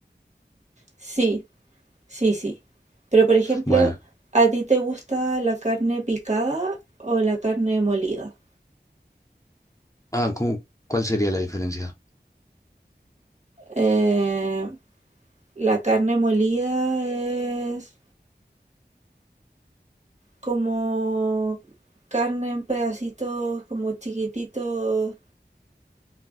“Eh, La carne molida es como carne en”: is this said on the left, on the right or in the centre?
Right